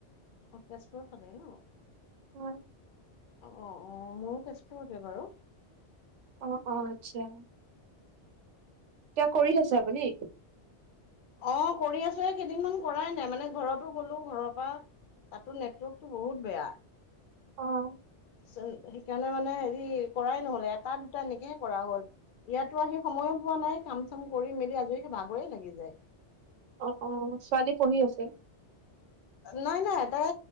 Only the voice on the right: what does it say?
হয়।
অ'হ, অ'হ আচ্ছা। এতিয়া কৰি আছে আপুনি।
অহ।
অহ অহ ছোৱালী পঢ়ি আছে।